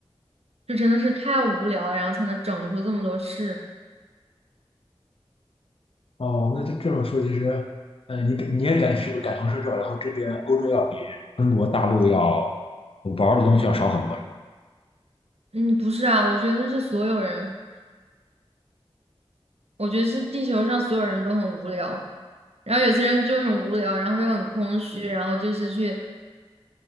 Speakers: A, on the right; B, on the left.
A: 就真的是太无聊了，然后才能整出这么多事。
B: 哦，那这这种说，其实，嗯、呃，你你也感是不是感同身受？然后这边欧洲要比中国大陆要玩的东西要少很多，是吧？
A: 嗯，不是啊，我觉得是所有人，我觉得是地球上所有人都很无聊，然后有些人就很无聊，然后又很空虚，然后就是去